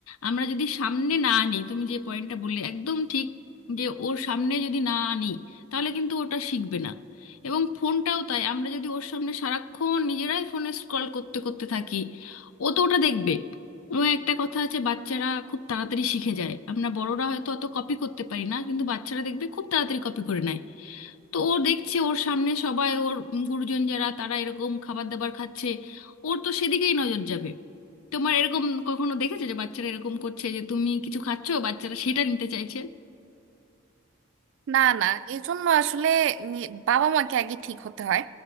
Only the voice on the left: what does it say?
আমরা যদি সামনে না আনি তুমি যে পয়েন্টটা বললে একদম ঠিক যে ওর সামনে যদি না আনি তাহলে কিন্তু ওটা শিখবে না এবং ফোনটাও তাই আমরা যদি ওর সামনে সারাক্ষণ নিজেরাই ফোনে স্ক্রল করতে করতে থাকি ও তো ওটা দেখবে ও একটা কথা আছে বাচ্চারা খুব তাড়াতাড়ি শিখে যায় আমরা বড়রা হয়তো অত কপি করতে পারি না কিন্তু বাচ্চারা দেখবে খুব তাড়াতাড়ি কপি করে নেয় তো ও দেখছে ওর সামনে সবাই ওর গুরুজন যারা তারা এরকম খাবার দাবার খাচ্ছে ওর তো সেদিকেই নজর যাবে তোমার এরকম কখনো দেখেছো যে বাচ্চারা এরকম করছে যে তুমি কিছু খাচ্ছো বাচ্চারা সেটা নিতে চাইছে